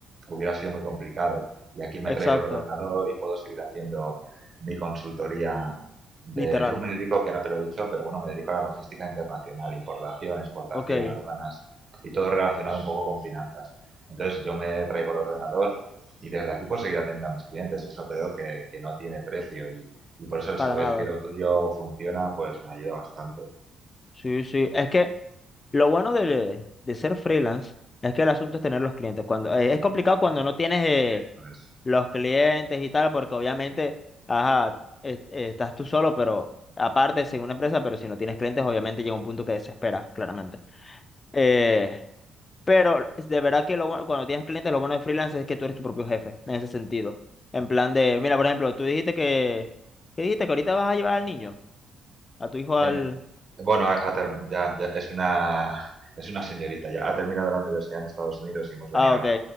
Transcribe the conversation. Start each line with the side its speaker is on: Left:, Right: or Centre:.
Right: hubiera sido muy complicado. Y aquí me
Left: Exacto.
Right: traigo el ordenador y puedo seguir haciendo mi consultoría de-
Left: Literal.
Right: yo me dedico, que no te lo he dicho, pero bueno, me dedico a la logística internacional, importación, exportación,
Left: Ok.
Right: aduanas y todo relacionado un poco con finanzas. Entonces yo me traigo el ordenador y desde aquí puedo seguir atendiendo a mis clientes. Eso creo que, que no tiene precio y, y por eso el
Left: Para
Right: saber
Left: nada.
Right: que lo tuyo funciona, pues me ayuda bastante.
Left: Sí, sí. Es que Lo bueno de, de ser freelance es que el asunto es tener los clientes. Cuando, eh, es complicado cuando no tienes eh,
Right: Entonces,
Left: los clientes y tal, porque obviamente, ajá, es- eh, estás tú solo, pero aparte, sin una empresa, pero si no tienes clientes, obviamente llega un punto que desesperas, claramente. Eh, pero es de verdad que lo bueno- cuando tienes clientes, lo bueno de freelance es que tú eres tu propio jefe, en ese sentido. En plan de, mira, por ejemplo, tú dijiste que, ¿qué dijiste? Que ahorita vas a llevar al niño, a tu hijo al...
Right: eh, bueno, ha- ha term- ya, ya es una, <laughs> es una señorita, ya ha terminado la universidad en Estados Unidos y hemos venido
Left: Ah, ok.
Right: a,